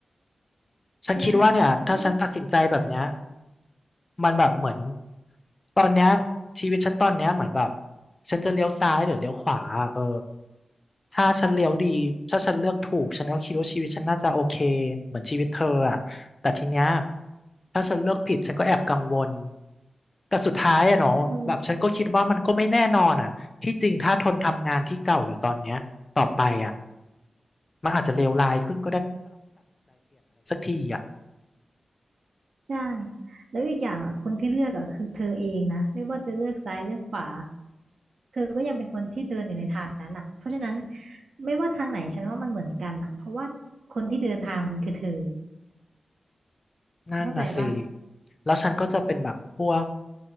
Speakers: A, on the left (about 40°); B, on the right (about 80°).
A: ฉันคิดว่าเนี่ยถ้าฉันตัดสินใจแบบเนี้ย
B: ใช่ไม่
A: มันแบบเหมือนตอนเนี้ยชีวิตฉันตอนเนี้ยเหมือนแบบฉันจะเลี้ยวซ้ายหรือเลี้ยวขวาเออถ้าฉันเลี้ยวดีถ้าฉันเลือกถูกฉันก็คิดว่าชีวิตฉันน่าจะโอเคเหมือนชีวิตเธออะแต่ทีเนี้ยถ้าฉันเลือกผิดฉันก็แอบกังวลแต่สุดท้ายอะเนาะแบบฉันก็คิดว่ามันก็ไม่แน่นอนอะที่จริงถ้าทนทำงานที่เก่าอยู่ตอนเนี้ยต่อไปอะ
B: เธอ
A: มันอาจจะเลวร้ายขึ้นอีกอะ
B: ใช่แล้วอีกอย่างอะคนที่เลือกอ่ะคือเธอเองนะไม่ว่าจะเลือกซ้ายเลือกขวาเธอก็ยังเป็นคนที่เดินอยู่ในทางนั้นอ่ะเพราะฉะนั้นไม่ว่าทางไหนฉันว่ามันเหมือนกันอ่ะเพราะว่าคนที่เดินทางมันคือเธอ
A: นั่นน่ะสิ
B: เข้าใจปะ
A: แล้วฉันก็จะเป็นแบบพวก